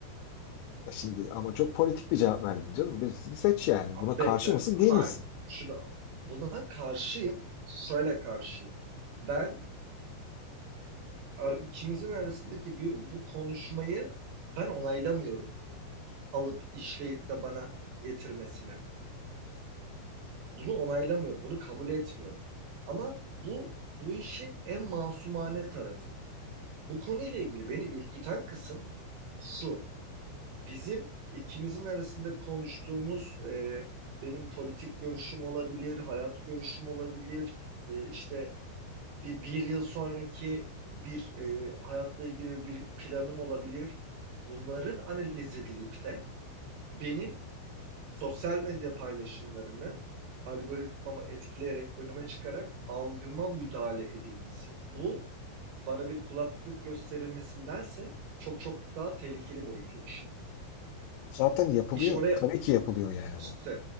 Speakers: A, on the left; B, on the right.
A: Ya Şimdi ama çok politik bir cevap verdin canım. Birisini seç yani. Buna
B: Bekle.
A: karşı mısın,
B: Hayır.
A: değil misin?
B: Şuna, buna karşıyım. Şöyle karşıyım. Ben ar- ikimizin arasındaki bir bu konuşmayı ben onaylamıyorum. Alıp işleyip de bana getirmesine. Bunu onaylamıyorum. Bunu kabul etmiyorum. Ama bu bu işin en masumane tarafı. Bu konuyla ilgili beni ürküten kısım şu. bizim ikimizin arasında konuştuğumuz e, benim politik görüşüm olabilir, hayat görüşüm olabilir, e, işte bir, bir yıl sonraki bir e, hayatla ilgili bir planım olabilir. Bunların analiz edilip de benim sosyal medya paylaşımlarını algoritmamı etkileyerek, önüme çıkarak algıma müdahale edilmesi. Bu bana bir kulaklık gösterilmesindense çok çok daha tehlikeli boyutu işin.
A: Bu zaten yapılıyor.
B: İş oraya
A: Tabii ki yapılıyor yani
B: İşte
A: bu.